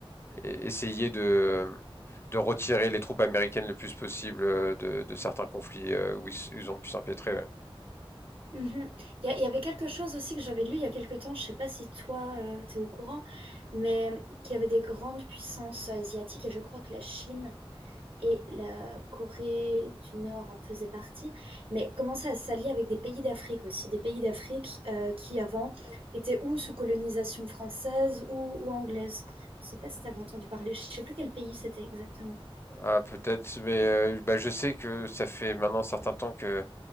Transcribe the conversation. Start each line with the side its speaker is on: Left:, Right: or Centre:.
Left: et- essayer de de retirer les troupes américaines le plus possible euh, de, de certains conflits euh, où ils, s- ils ont pu s'empêtrer. ouais.
Right: Mhm. Il y, a- il y avait quelque chose aussi que j'avais lu il y a quelque temps. Je sais pas si toi tu es au courant, mais qu'il y avait des grandes puissances asiatiques et je crois que la Chine et la Corée du Nord en faisait partie, mais commençait à s'allier avec des pays d'Afrique aussi, des pays d'Afrique euh, qui avant étaient ou sous colonisation française ou, ou anglaise. Je sais pas si tu avais entendu parler, je sais plus quel pays c'était exactement.
Left: Ah, peut-être, mais euh, bah, je sais que ça fait maintenant un certain temps que